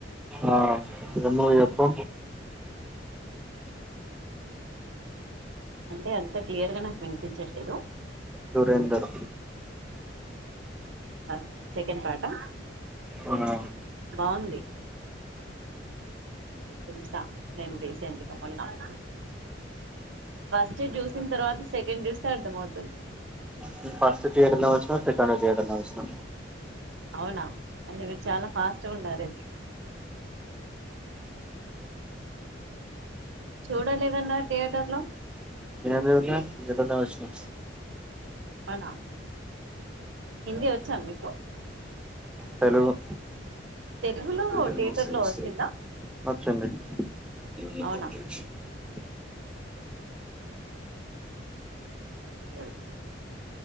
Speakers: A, in the centre; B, on the right.
A: ఆ ఏం మూవీ జెప్పు
B: అంటే అంత క్లియర్ గా నాకు వినిపించట్లేదు
A: దురేందర్
B: ఫస్ట్ సెకెండ్ పార్టా
A: అవునా
B: బావుంది చూసా నేను రీసెంట్గా మొన్న ఫస్ట్ ది జూసిన్ తర్వాత సెకండ్ జూస్తే అర్థం అవుతుంది
A: నేన్ ఫస్ట్ ది థియేటర్ లోనే చూసిన సెకండ్ ది థియేటర్ లోనే చూసిన
B: అవునా అంటే మీరు చాలా ఫాస్ట్గా ఉన్నారయితే చూడలేదన్నారు థియేటర్ లో
A: ఎవరు జూడ్లే థియేటర్ లో చూసిన
B: అవునా హిందీ వచ్చా మీకు
A: తెలుగు
B: తెలుగులో
A: వచ్చింది
B: థియేటర్ లో వచ్చిందా అవునా ఒకే